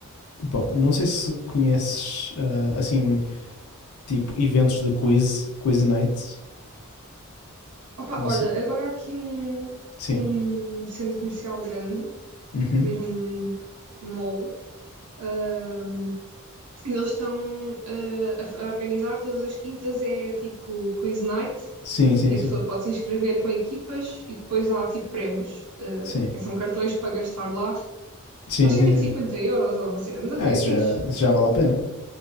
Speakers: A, on the left; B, on the right.
A: Bom, não sei se conheces ah, assim tipo eventos de quiz, quiz nights.
B: Opa,
A: Não
B: olha,
A: sei.
B: agora há aqui um,
A: Sim.
B: um centro comercial grande,
A: Uhum.
B: mesmo um mall. Ahm, eles estão ah, a, f- a organizar todas as quintas, é tipo quiz night,
A: Sim, sim,
B: e
A: sim.
B: a pessoa pode se inscrever com equipas e depois há tipo prémios, ah,
A: Sim.
B: que são cartões para gastar lá.
A: Sim,
B: Acho
A: sim,
B: que é tipo
A: sim.
B: 50 euros ou uma cena, mas até
A: Ah, isso
B: é fixe.
A: já, isso já vale a pena.